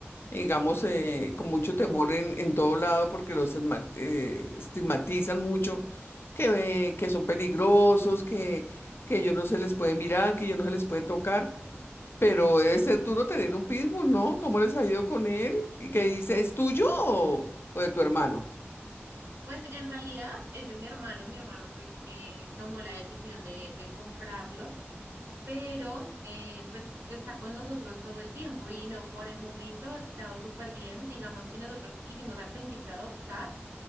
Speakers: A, on the left; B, on the right.
A: digamos, eh, con mucho temor en, en todo lado porque los esma- eh, estigmatizan mucho, que, ve- que son peligrosos, que, que ellos no se les puede mirar, que ellos no se les puede tocar, pero debe ser duro tener un pitbull, ¿no? ¿Cómo les ha ido con él? Y que dice, ¿es tuyo o, o de tu hermano?
B: Pues en realidad es de mi hermano, mi hermano fue el que tomó la decisión de, de comprarlo, pero eh, pues está con nosotros todo el tiempo y no, por el momento ha estado súper bien. Digamos que nosotros quisimos al principio adoptar,